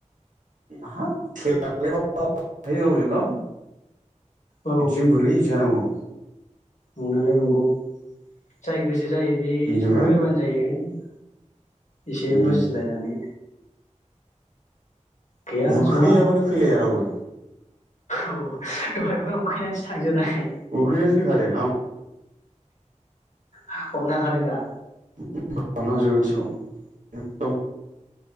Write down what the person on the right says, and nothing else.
हाब <unintelligible> गावजों गाव।
बिदिजों बोरै जानांगौ ।
बेनोब्रा
उम
उखैयाबानो
फैलाया रावबो।
उखैनासो फैखादों आ
<unintelligible>